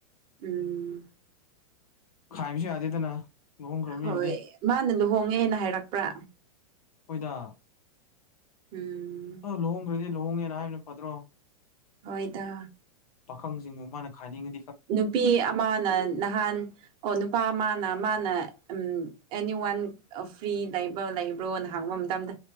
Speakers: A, on the right; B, on the left.
A: ꯎꯝ
B: ꯈ ꯄꯁꯤ ꯌꯥꯗꯦꯗꯅ ꯂꯨꯍꯣꯡꯈ꯭ꯔꯕ ꯃꯤꯕꯨꯗꯤ
A: ꯍꯣꯏ ꯃꯥꯅ ꯂꯨꯍꯣꯡꯉꯦꯅ ꯍꯥꯏꯔꯛꯄ꯭ꯔꯥ
B: ꯍꯣꯏꯗ
A: ꯎꯝ
B: ꯑ ꯂꯨꯍꯣꯡꯈ꯭ꯔꯗꯤ ꯂꯨꯍꯣꯡꯉꯦꯅ ꯍꯥꯏꯕꯅ ꯐꯠꯇ꯭ꯔꯣ
A: ꯍꯣꯏꯗ
B: ꯄꯥꯈꯪꯁꯤꯡꯗꯨ ꯃꯥꯅ ꯈꯥꯅꯤꯡꯉ
A: ꯅꯨꯄꯤ ꯑꯃꯅ ꯅꯍꯥꯟ ꯑꯣ ꯅꯨꯄꯥ ꯑꯃꯅ ꯃꯥꯅ ꯎ ꯑꯦꯅꯤ ꯋꯥꯟ ꯐ꯭ꯔꯤ ꯂꯩꯕ꯭ꯔ ꯂꯩꯕ꯭ꯔꯣꯅ ꯍꯥꯡꯕ ꯃꯇꯝꯗ